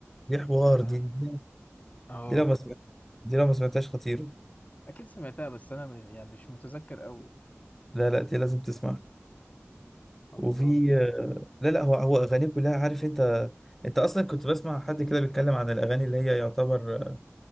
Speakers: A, in the centre; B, on the left.
A: دي حوار
B: اه
A: دي دي,
B: آه،
A: دي لو ما سمعت دي لو ما سمعتهاش خطيرة
B: اكيد سمعتها بس انا م- يعني مش متذكر قوي
A: لا لا دي لازم تسمعها
B: خلصان
A: وفي آه، لا لا هو هو اغانيه كلها عارف انت انت اصلا كنت بسمع حد كده بيتكلم عن الاغاني اللي هي يعتبر آه،